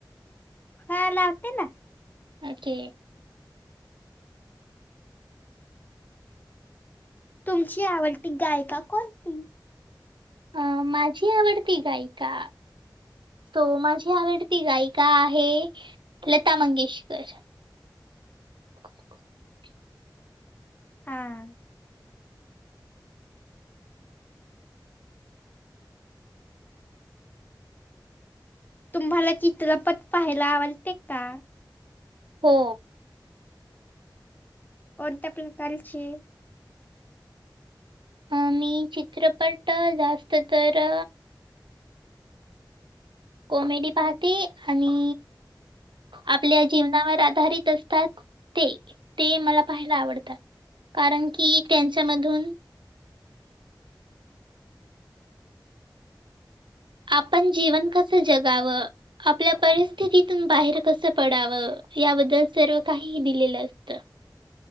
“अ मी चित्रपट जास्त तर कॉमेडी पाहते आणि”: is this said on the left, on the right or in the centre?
Right